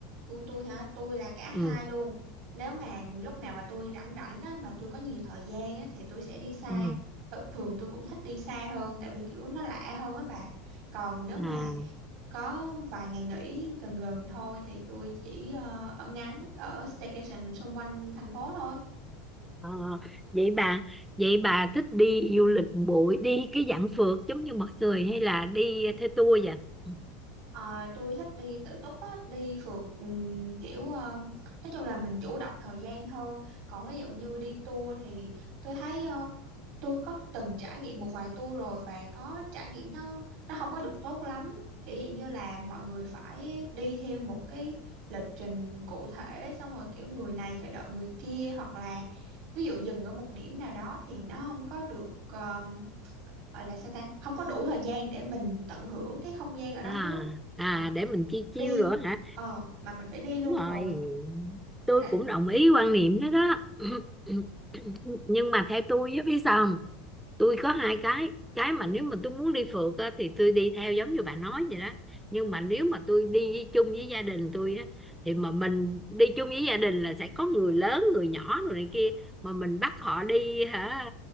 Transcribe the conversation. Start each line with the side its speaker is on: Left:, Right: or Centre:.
Right: gu tôi hả tôi là cả
Centre: ừ
Right: hai luôn nếu mà lúc nào mà tôi rảnh rảnh á mà tôi có nhiều thời gian á thì tôi sẽ đi xa
Centre: ừ
Right: Th- thường tôi cũng thích đi xa hơn tại vì kiểu nó lạ hơn á bà còn nếu
Centre: à
Right: mà có vài ngày nghỉ gần gần thôi thì tôi chỉ ờ, ở ngắn ở staycation xung quanh thành phố thôi
Centre: ờ, vậy bà vậy bà thích đi du lịch bụi đi cái dạng phượt giống như mọi người hay là đi theo tour vậy Ừ.
Right: Ờ, tôi thích đi tự túc á, đi phượt ừm, kiểu ờ, nói chung là mình chủ động thời gian hơn còn ví dụ như đi tour thì tôi thấy ờ, tôi có từng trải nghiệm một vài tour rồi và có trải nghiệm nó nó không có được tốt lắm kiểu dạng như là mọi người phải đi theo một cái lịch trình cụ thể xong rồi kiểu người này phải đợi người kia hoặc là ví dụ dừng ở một điểm nào đó thì nó không có được um, gọi là sao ta không có đủ thời gian để mình tận hưởng cái không gian ở
Centre: ừ.
Right: đó
Centre: à
Right: trước
Centre: à
Right: Ờ,
Centre: để mình chiêu chiêu
Right: đi
Centre: rồi hả
Right: ờ mà mình phải đi luôn
Centre: Đúng rồi,
Right: rồi
Centre: tôi
Right: nên là
Centre: cũng đồng ý quan niệm đó đó. <clears throat> <coughs> Nhưng mà theo tôi với biết sao không? Tôi có hai cái. Cái mà nếu mà tôi muốn đi phượt á, thì tôi đi theo giống như bà nói vậy đó. Nhưng mà nếu mà tôi đi chung với gia đình tôi á, thì mà mình đi chung với gia đình là sẽ có người lớn, người nhỏ rồi này kia. Mà mình bắt họ đi hả